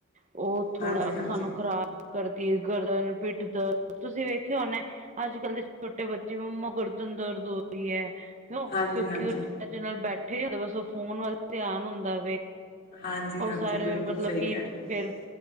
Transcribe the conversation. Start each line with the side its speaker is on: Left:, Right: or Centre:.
Right: ਉਹ ਥੋੜਾ
Left: ਹਾਂਜੀ
Right: ਅੱਖਾਂ
Left: ਹਾਂਜੀ
Right: ਨੂੰ ਖ਼ਰਾਬ ਕਰਦੀ ਐ, ਗਰਦਨ, ਪਿੱਠ ਦਰ, ਤੁਸੀਂ ਵੇਖਿਆ ਹੋਨਾ ਅੱਜ ਕੱਲ ਦੇ ਛੋਟੇ ਬੱਚੇ ਜਿਵੇਂ ਮ ਗਰਦਨ ਦਰਦ ਹੋ ਰਹੀ ਏ ਕਿਉ
Left: ਹਾਂਜੀ
Right: ਕਿਉਂਕਿ
Left: ਹਾਂਜੀ
Right: ਉਹ ਇਹਦੇ ਨਾਲ ਬੈਠੇ ਰਹੋ ਬਸ ਉਹ ਫੋਨ ਵੱਲ ਧਿਆਨ ਹੁੰਦਾ ਵੇ।
Left: ਹਾਂਜੀ
Right: ਉਹ
Left: ਹਾਂਜੀ
Right: ਸਾਰੇ
Left: ਬਿਲਕੁਲ
Right: ਮਤਲਬ
Left: ਸਹੀ
Right: ਕਿ
Left: ਕਹਿ
Right: ਫੇਰ
Left: ਰਹੇ ਹੋ